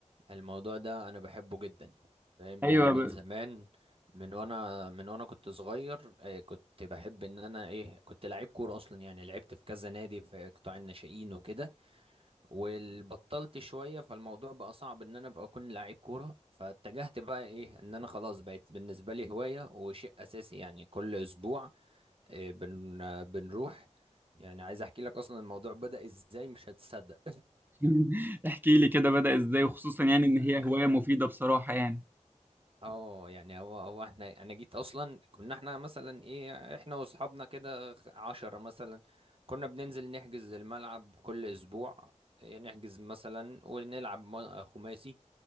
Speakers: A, on the right; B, on the right.
A: الموضوع ده انا بحبه جدا فاهم
B: ايوه
A: يعني من
B: ب...
A: زمان من وانا من وانا كنت صغير آه، كنت بحب ان انا ايه كنت لعيب كوره اصلا يعني لعبت في كذا نادي في قطاع الناشئين وكده وبطلت شويه فالموضوع بقى صعب ان انا ابقى اكون لعيب كوره فاتجهت بقى ايه ان انا خلاص بقت بالنسبه لي هوايه وشيء اساسي يعني كل اسبوع آه، بن آه، بنروح يعني عايز احكي لك اصلا الموضوع بدأ ازاي مش هتصدق
B: <laughs> احكي لي كده بدأ ازاي وخصوصا
A: <laughs>
B: يعني ان هي هواية مفيدة بصراحة يعني
A: اه يعني هو هو احنا انا جيت اصلا كنا احنا مثلا ايه احنا واصحابنا كده خ- عشرة مثلا كنا بننزل نحجز الملعب كل اسبوع إيه، نحجز مثلا ونلعب من- خماسي